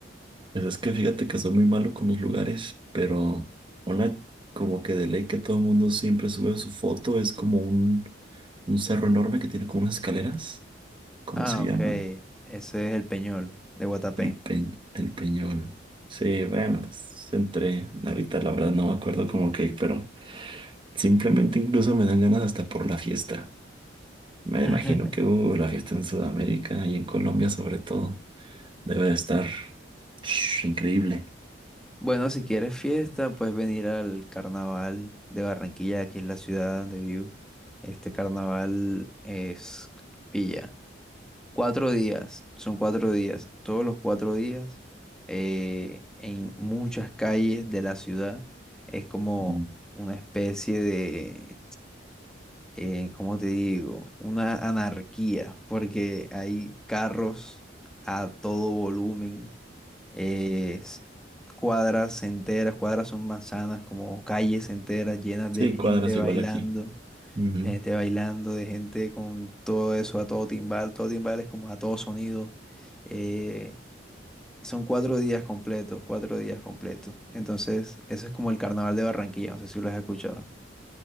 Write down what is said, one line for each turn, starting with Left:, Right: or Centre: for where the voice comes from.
Right: Pues es que fíjate que soy muy malo con los lugares, pero una como que de ley que todo el mundo siempre sube su foto es como un, un cerro enorme que tiene como unas escaleras. ¿Cómo
Centre: Ah,
Right: se llama?
Centre: ok. Ese es el Peñol de Guatapé.
Right: El Pe- el Peñol. Sí, bueno, pues entre, ahorita la verdad no me acuerdo como que, pero Simplemente incluso me dan ganas hasta por la fiesta. Me
Centre: <laughs>
Right: imagino que uh, la fiesta en Sudamérica y en Colombia sobre todo debe de estar <sniffs> increíble.
Centre: Bueno, si quieres fiesta, puedes venir al carnaval de Barranquilla, que es la ciudad donde vivo. Este carnaval es Villa. Cuatro días, son cuatro días. Todos los cuatro días, eh, en muchas calles de la ciudad, es como
Right: Mm.
Centre: una especie de eh, ¿cómo te digo? Una anarquía, porque hay carros a todo volumen, eh, s- cuadras enteras, cuadras son manzanas, como calles enteras llenas
Right: Sí,
Centre: de gente
Right: cuadras
Centre: bailando,
Right: igual aquí. Ujú.
Centre: de gente bailando, de gente con todo eso a todo timbal, todo timbal es como a todo sonido. eh, son cuatro días completos, cuatro días completos. Entonces, eso es como el carnaval de Barranquilla, no sé si lo has escuchado.